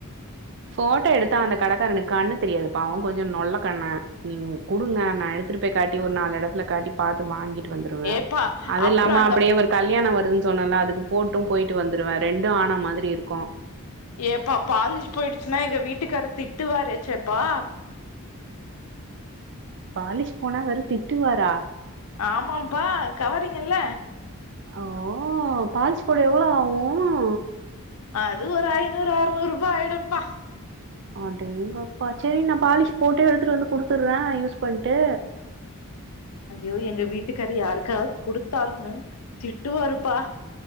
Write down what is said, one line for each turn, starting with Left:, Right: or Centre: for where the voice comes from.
Right: போட்டோ எடுத்தா அந்த கடைக்காரனுக்கு கண்ணு தெரியாது பாவம் கொஞ்சம் நொல்ல கண்ணு நீங்க கொடுங்க நான் எடுத்துட்டு போய் காட்டி ஒரு நாலு இடத்துல காட்டி பாத்து வாங்கி டு வந்துருவேன்
Left: ஏப்பா
Right: அது
Left: அப்புறோ
Right: இல்லாம
Left: அந்த
Right: அப்படியே ஒரு கல்யாணம் வருது சொன்னல அதுக்கு போட்டும் போயிட்டு வந்துருவேன் ரெண்டும் ஆன மாதிரி இருக்கும்
Left: ஏப்பா பாலிஷ் போயிடுச்சுன்னா எங்க வீட்டுக்காரு திட்டு வாரேச்சேப்பா
Right: பாலிஷ் போனா வெறும் திட்டுவாரா
Left: ஆமாம்பா கவறிங்கல
Right: ஓ பாலீஸ் போட எவ்வளவு ஆகும்
Left: அது ஒரு ஐநூறு அறுநூறு ரூபாய் ஆயிடும்பா
Right: அடேங்கப்பா சரி நான் பாலிஷ் போட்டே எடுத்துட்டு வந்து குடுத்துடுறேன் யூஸ் பண்ட்டு
Left: ஐயோ எங்க வீட்டுக்கார் யாருக்கா கொடுத்தாலும் திட்டுவருப்பா